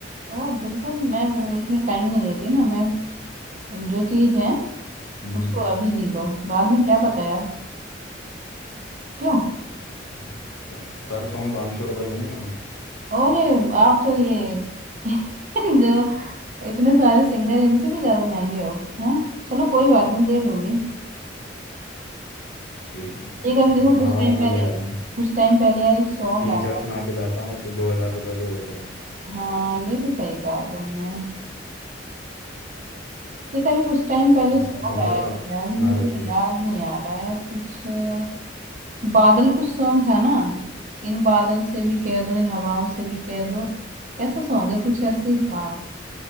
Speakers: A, on the right; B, on the left.
A: ओ बिल्कुल मैं इतना टाइम नहीं लेती ना मैं जो चीज़ है
B: हम्म
A: उसको अभी जी लो बाद में क्या पता यार क्यों
B: हम्म, पर पर सॉन्ग पाँच सौ रुपये लूंगा मैं
A: और ये आप तो ये <laughs> जो इतने सारे सिंगर इनसे भी ज्यादा महंगे हो हाँ चलो कोई बात नहीं दे दूंगी
B: ठीक है
A: एक अभी देखो
B: तो
A: कुछ
B: आ रहा
A: टाइम
B: हूँ मैं
A: पहले
B: अभी आ रहा हूँ
A: कुछ टाइम पहले यार एक सॉन्ग
B: तीन
A: आया
B: चार सुना
A: था
B: के जाता हूँ तो दो हजार रुपये तो हो जाएंगे
A: हाँ ये तो सही कहा तुमने एक अभी कुछ टाइम पहले
B: हाँ
A: सॉन्ग
B: कौन
A: आया
B: सा
A: था
B: सुना
A: यार मुझे
B: रहे
A: अभी
B: थे
A: याद नहीं आ रहा है कुछ अ, बादल कुछ सॉन्ग था ना इन बादल से भी कह दो इन हवाओं से भी कह दो कैसा सॉन्ग है कुछ ऐसे ही था